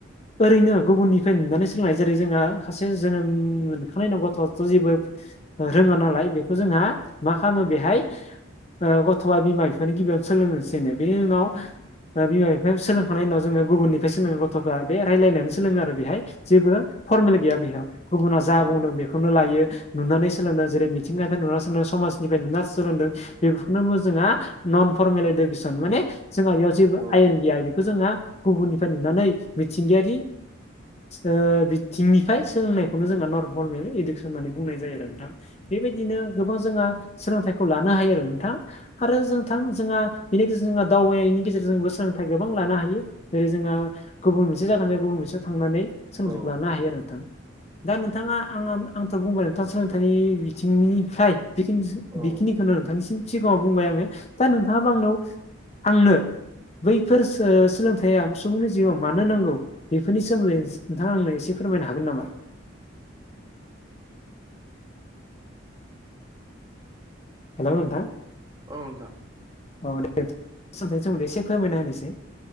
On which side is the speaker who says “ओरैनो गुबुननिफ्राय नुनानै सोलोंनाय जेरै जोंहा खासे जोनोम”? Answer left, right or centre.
Left